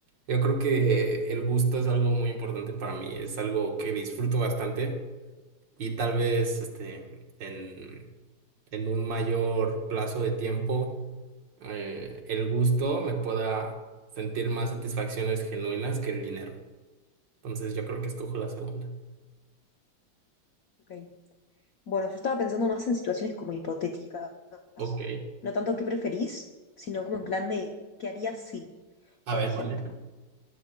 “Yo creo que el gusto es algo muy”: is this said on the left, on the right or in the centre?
Right